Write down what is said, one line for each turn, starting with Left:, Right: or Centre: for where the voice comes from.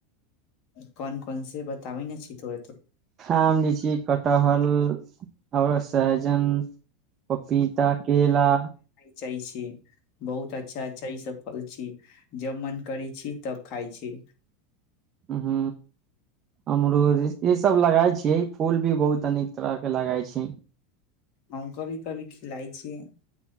Left: कौन कौन से बताबै ने छी तो
Right: आम लिची कटहर आओर सहजन पपीता केला
Left: चै छी बहुत अच्छा अच्छा ई सब फल छी जब मन करै छी तब खाइ छी
Right: ह अमरूद ईसभ लगााय छियै फूल भी बहुत अनेक तरह के लगााय छै
Left: हम कभी कभी खिलाइ छियै